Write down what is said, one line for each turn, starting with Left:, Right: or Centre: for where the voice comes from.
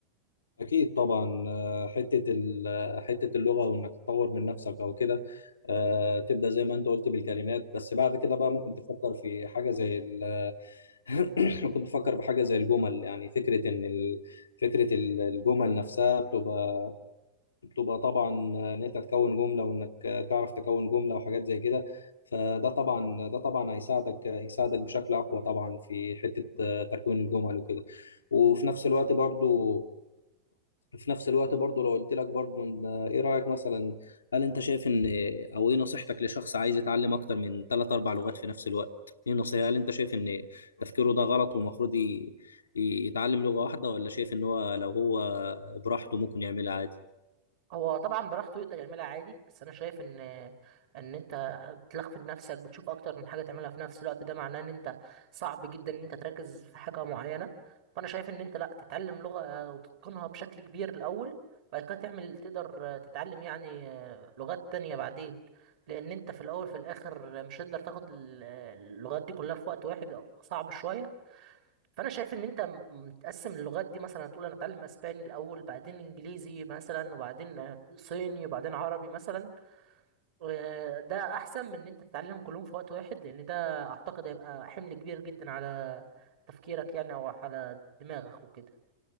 Left: أكيد طبعا آه، حتة ال- آه، حتة اللغة وإنك تطور من نفسك أو كده آه، تبدأ زي ما أنت قلت بالكلمات بس بعد كده بقى ممكن تفكر في حاجة زي ال- <clears throat> ممكن تفكر في حاجة زي الجمل يعني فكرة إن ال... فكرة ال- الجمل نفسها بتبقى بتبقى طبعا آه، إن أنت تكون جملة وإنك تعرف تكون جملة وحاجات زي كده فده طبعا ده طبعا هيساعدك هيساعدك بشكل أقوى طبعا في حتة آه، تكوين الجمل وكده وفي نفس الوقت برضو في نفس الوقت برضه لو قلت لك برضه ان ايه رأيك مثلا هل انت شايف ان او ايه نصيحتك لشخص عايز يتعلم اكتر من ثلاث اربع لغات في نفس الوقت ايه نصيحة هل انت شايف ان تفكيره ده غلط والمفروض ي- ي- يتعلم لغة واحدة ولا شايف ان هو لو هو براحته ممكن يعملها عادي
Right: هو طبعا براحته يقدر يعملها عادي بس انا شايف ان ان انت بتلخفن نفسك بتشوف اكتر من حاجه تعملها في نفس الوقت ده معناه ان انت صعب جدا ان انت تركز في حاجه معينه فانا شايف ان انت لا تتعلم لغه وتتقنها بشكل كبير الاول بعد كده تعمل تقدر تتعلم يعني لغات تانية بعدين لان انت في الاول في الاخر مش هتقدر تاخد ال- اللغات دي كلها في وقت واحد صعب شويه فانا شايف ان انت م- متقسم اللغات دي مثلا هتقول انا اتعلم اسباني الاول بعدين انجليزي مثلا وبعدين آه، صيني وبعدين عربي مثلا و- ده احسن من ان انت تتعلم كلهم في وقت واحد لان ده اعتقد هيبقى حمل كبير جدا على تفكيرك يعني او على دماغك وكده